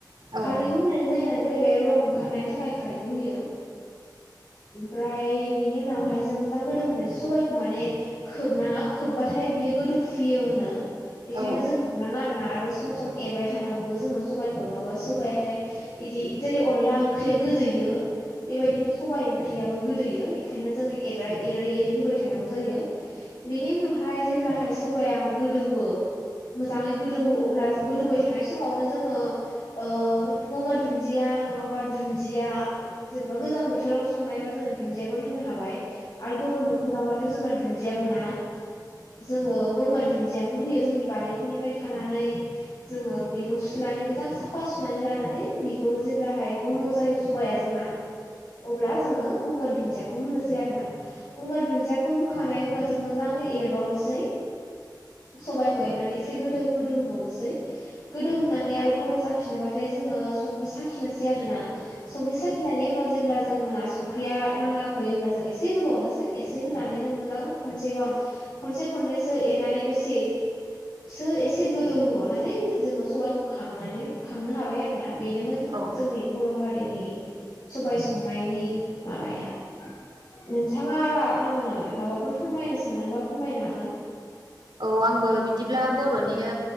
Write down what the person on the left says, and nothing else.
खारैखौ
होनायनि जाहोनानो जाहैबाय रं ओंखारनायनि थाखाय खारैखौ होयो। ओमफ्राय बिनि उनावहाय जों मोजां गोदौ होननाय सबायखौ माने खोबनाङा खोबबाथाय बियो। गोदौ फुयो होनो बेखायनो
जों खोनाङा आरो। आरो सम सम एरबाय थानांगौबो जोङो सबायखौ नङाबा सबायाथाय बिदि जेरै अनला ओंख्रि। गोदैयो बेबायदिनो सबाय ओंख्रि। ख्रियाबो गोदोयो बेखायनो जोङो एर एरै होबाय थानांगौ जायो बेनि उनावहाय जेब्ला। हाय सोबाया गोदौवो मोजाङै गोदौवो अब्ला गोदौबाय थानाय समावनो जोङो ओ गंगार दुन्दिया नङाबा दुन्दिया जेनेबा गोजां बोथोराव संनायबा जो जोङो दुन्दियाफोर होनो हाबाय। आरो गरम बोथोरावबाथ' जोंना दुन्दिया मोना। जोङो गंगार दुन्दि दियाखौ होयो जोंनि बारिफोरनिफ्राय खानानै जोङो बेखौ सुनानै मोजां साफा सुनानै लानान नै बिखौ जेब्लाहाय गन' जायो सबाया जोंना अब्ला जोङो गंगार दुन्दियाखौ होनोसै आरो ना। गंगार दुन्दियाखौ होखांनाय उनाव जों मोजाङै एरबावनोस सै सबाइखौ एरनानै एसे गोदौ गोदौ होबावनोसै। गोदौ होनानै आरो गन' जाफिनोबाथाय जोङो संख्रि साखिनोसै आरो ना। संखि साखिनायनि उनाव जेब्ला जोङो आ संख्रिया नाङाखै अब्ला जों एसे होबावनोसै एसे होनानै जों मोजां खनसेबां खनसे खननैसो एदनानै दसे सो एसे गोदौ होबावनानै जोङो सबाइखौ खांनानै खांनो हाबाय आरोना। बेनोमोन
जोंनि बर' हारिनि सबाय संनायनि माबाया नोंथाङा आरा आंनो माबाफोर फोरमायनो सानदोंबा फोरमायनो हागोन।